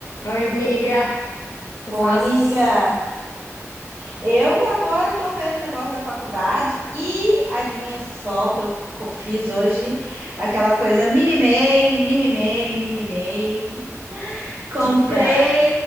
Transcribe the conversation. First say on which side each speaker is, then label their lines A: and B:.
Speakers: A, on the left; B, on the right.
A: Oi, amiga, que fazes?
B: Oi, amiga. Eu agora tô vendo o negócio da faculdade e adivinha só que eu co- fiz hoje aquela coisa mimimei, mimimei, mimimei. Comprei,
A: Diga.